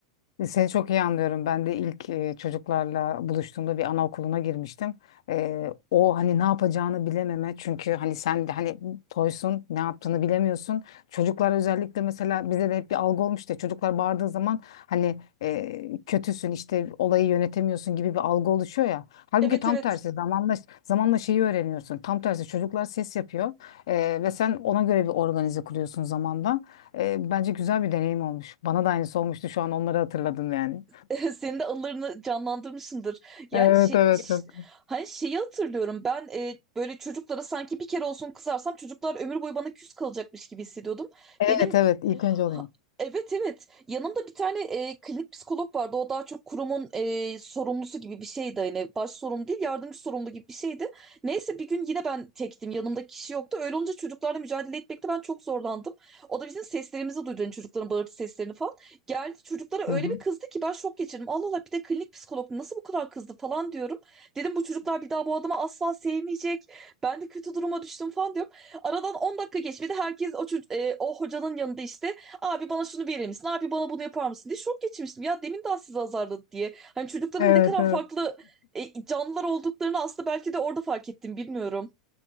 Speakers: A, on the left; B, on the right.
A: Seni çok iyi anlıyorum. Ben de ilk e, çocuklarla buluştuğumda bir anaokuluna girmiştim. E, o hani ne yapacağını bilememe çünkü hani sen de hani toysun ne yaptığını bilemiyorsun. Çocuklar özellikle mesela bize de hep bir algı olmuştu. Çocuklar bağırdığı zaman hani e, kötüsün işte olayı yönetemiyorsun gibi bir algı oluşuyor ya. Halbuki
B: Evet
A: tam
B: evet.
A: tersi zamanla zamanla şeyi öğreniyorsun. Tam tersi çocuklar ses yapıyor e, ve sen ona göre bir organize kuruyorsun zamanla. E, bence güzel bir deneyim olmuş. Bana da aynısı olmuştu şu an onları hatırladım yani.
B: <laughs> Senin de anılarını canlandırmışsındır. Yani
A: Evet
B: şey,
A: evet
B: ş-
A: çok.
B: hani şeyi hatırlıyorum ben e, böyle çocuklara sanki bir kere olsun kızarsam çocuklar ömür boyu bana küs kalacakmış gibi hissediyordum.
A: Evet
B: Benim
A: evet ilk
B: Ha-
A: önce oluyor.
B: Evet evet yanımda bir tane e, klinik psikolog vardı o daha çok kurumun e, sorumlusu gibi bir şeydi hani baş sorumlu değil yardımcı sorumlu gibi bir şeydi. Neyse bir gün yine ben tektim yanımda kişi yoktu öyle olunca çocuklarla mücadele etmekte ben çok zorlandım. O da bizim seslerimizi duydu hani çocukların bağırtı seslerini falan. Geldi çocuklara öyle
A: Hı hı.
B: bir kızdı ki ben şok geçirdim Allah Allah bir de klinik psikolog nasıl bu kadar kızdı falan diyorum. Dedim bu çocuklar bir daha bu adamı asla sevmeyecek ben de kötü duruma düştüm falan diyorum. Aradan 10 dakika geçmedi herkes o, çocuk- e, o hocanın yanında işte Abi bana şunu verir misin? Abi bana bunu yapar mısın? diye şok geçirmiştim. Ya demin daha sizi azarladı diye. Hani çocukların
A: Evet
B: ne kadar
A: evet.
B: farklı e, canlılar olduklarını aslında belki de orada fark ettim bilmiyorum.